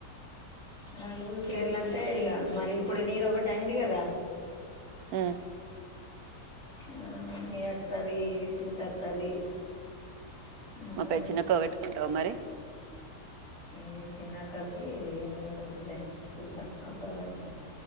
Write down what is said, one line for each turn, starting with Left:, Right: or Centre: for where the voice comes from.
Left: నలుగురు పేర్లంటే ఇక మరి ఇప్పుడు నీదొకటి అయింది కదా
Right: మ్య
Left: ఆ మీ అక్కది సింతక్కది మూడు
Right: మా పె చిన్నక్కకు పెట్టుకుంటావు మరి
Left: ఈ చిన్నక్కది ఎ వద్దు లే సూద్దాం అప్పటి వరకు